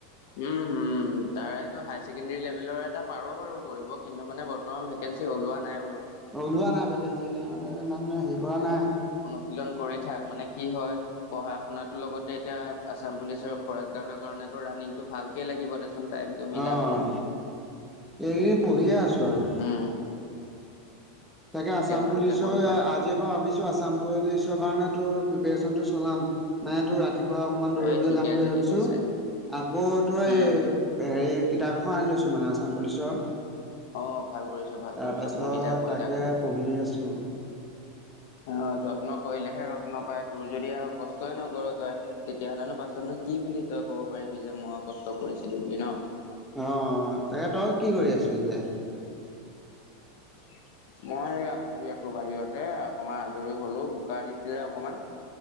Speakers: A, on the left; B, in the centre.
A: উম হম। তাৰে হাইৰ ছেকেণ্ডৰী লেভেলৰ এটা পাৰ বাৰু কৰিব কিন্তু মানে বৰ্তমান ভেকেঞ্চি ওলোৱা নাই বাৰু।
B: ওলোৱা নাই ভেকেঞ্চিৰ হেইকাৰণে মানে ইমান হেৰি কৰা নাই।
A: শীলন কৰি থাক মানে কি হয়। পঢ়া শুনাটো লগতে এতিয়া আছাম পুলিচ আৰু ফৰেষ্ট গাৰ্ডৰ কাৰণটো ৰানিং টো ভাল! একে লাগিব দেচোন টাইমটো মিলাবলে
B: অঁ এইকেইদিন পঢ়িয়ে আছোঁ আৰু।
A: উম।
B: তাকে আসাম
A: ভালকে
B: পুলিচৰ
A: পঢ়ি
B: এয়া
A: থাক
B: আজি। ভাবিছো আছাম পুলিচৰ কাৰণে তোৰ প্ৰিপৰেচনটো চলাম মানে তোৰ ৰাতি। ৰাতিপুৱা অকমান দৌৰিবলৈ
A: এ ঠিকে
B: যাম বুলি
A: আছে
B: ভাবিছো
A: ঠিকে আছে
B: আকৌ তই
A: উম
B: এই। হেৰি কিতাপ এখন আনি লৈছোঁ মানে আসাম পুলিচৰ।
A: অ' অ' ভাল কৰিছ ভাল
B: তাৰপাছত
A: কৰিছ পঢ়ি থাক পঢ়ি।
B: তাকে
A: থাক
B: পঢ়িয়ে আছোঁ।
A: অ' যত্ন কৰিলেহে ৰত্ন পায় তোৰ যদি আৰু কষ্টই নকৰ তই। তেতিয়াহলেনো পাছতনো কি বুলি তই ক'ব পাৰিবি যে মই কষ্ট কৰিছিলো বুলি ন।
B: অ' তাকে তই কি কৰি আছো এতিয়া।
A: <inaudible> মই এয়া বহি আছোঁ বাহিৰতে! এ অকণমান আজৰি হলো বোকা দিছিলে অকমান?